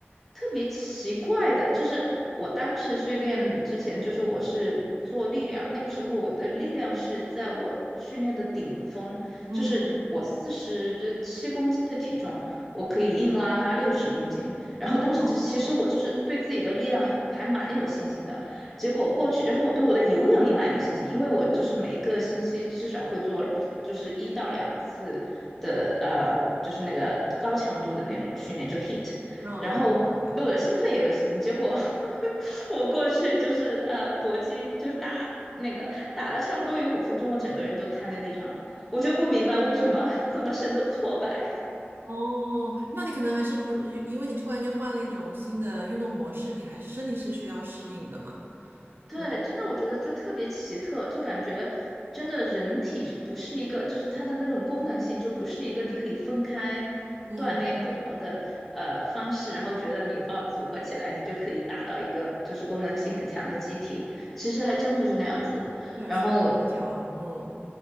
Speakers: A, in the centre; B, on the right.
A: 特别奇怪的，就是我当时去练之前，就是我是做力量，那个时候我的力量是在我训练的顶峰，
B: 嗯，
A: 就是我四十七公斤的体重，我可以硬拉拉六十公斤。然后当时就其实我就是对自己的力量还蛮有信心的。
B: 五号，
A: 结果过去，然后我对我的有氧也蛮有信心，因为我就是每个星期至少会做就是一到两次的呃，就是那个高强度的那种训练，就 HIIT，
B: 嗯嗯，
A: 然后对我的兴奋也有信心。
B: 明白。
A: 结果 <laughs> 我过去就是呃搏击就打那个打了差不多有五分钟，我整个人都瘫在地上了，我就不明白为什么这么深的挫败。
B: 哦，那你可能还是不，因因为你突然间换了一种新的运动模式，你还是身体是需要适应的嘛。
A: 对，
B: 对，
A: 真的我觉得就特别奇特，就感觉真的人体是不是一个，就是它的那种功能性就不是一个你可以分开
B: 嗯，
A: 锻炼不同的呃方式，然后觉得你哦组合起来你就可以达到一个就是功能性很强的机体，其实还真不是那样子的。
B: 对，
A: 然后
B: 身体协调，嗯